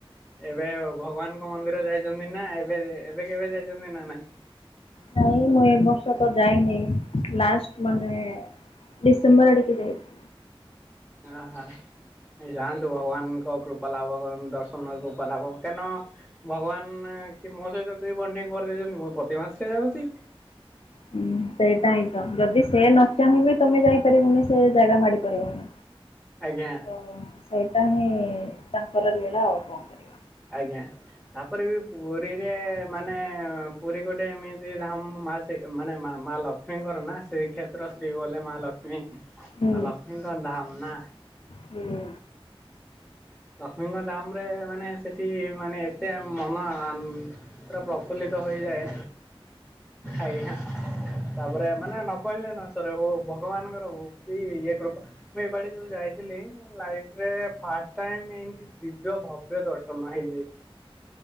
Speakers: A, in the centre; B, on the left (about 80°).
A: ଏବେ ଭଗବାନଙ୍କ ମନ୍ଦିର ଯାଇଛନ୍ତି ନା ଏବେ ଏବେ କେବେ ଯାଇଛନ୍ତି ନା ନାଇଁ?
B: ନାଇଁ ମୁଁ ଏ ବର୍ଷ ତ ଯାଇନି ଲାଷ୍ଟ ମାନେ ଡିସେମ୍ବର ଆଡିକି ଯାଇଥିଲି।
A: ଓ ହୋ। ଏ ଯାଆନ୍ତୁ ଭଗବାନଙ୍କ କୃପା ଲାଭ କର ଦର୍ଶନ କୃପା ଲାଭ କାରଣ ଭଗବାନ କି ମୋ ସହିତ କେହି ବଣ୍ଡିଙ୍ଗ କରିଦେଇଛନ୍ତି ମୁଁ ପ୍ରତି ମାସରେ ଯାଉଛି।
B: ହୁଁ ସେଇଟା ହିଁ ତ ଯଦି ସେ ନ ଚାହିଁବେ ତମେ ଯାଇପାରିବନି ସେ ଜାଗା ମାଡି ପାରିବନି।
A: ଆଜ୍ଞା।
B: ତ ସେଇଟା ହିଁ ତାଙ୍କର ଲୀଳା ଆଉ କଣ କରିବ?
A: ଆଜ୍ଞା। ତାପରେ ବି ପୁରୀରେ ମାନେ ପୁରୀ ଗୋଟେ ଏମିତି ଧାମ ମାସ ସେ ମାନେ ମା ଲକ୍ଷ୍ମୀଙ୍କର ନା ଶ୍ରୀକ୍ଷେତ୍ର ଶ୍ରୀ ବଲେ ମା ଲକ୍ଷ୍ମୀ
B: ହୁଁ
A: ଆଉ ଲକ୍ଷ୍ମୀଙ୍କ ଧାମ ନା
B: ହୁଁ
A: ତ ଲକ୍ଷ୍ମୀଙ୍କ ଧାମ ରେ ମାନେ ସେଠି ମାନେ ଏତେ ମନ ପୁରା ପ୍ରଫୁଲ୍ଲିତ ହେଇଯାଏ ଆଜ୍ଞା। ତାପରେ ମାନେ ନ କହିଲେ ନ ସରେ ହୋ ଭଗବାନଙ୍କର ହ କି ଇଏ କୃପା ମୁଁ ଏପାଳି ଯୋଉ ଯାଇଥିଲି ଲାଇଫରେ ଫାଷ୍ଟ ଟାଇମ୍ ଏମତି ଦିବ୍ୟ ଭବ୍ୟ ଦର୍ଶନ ହେଇଛି।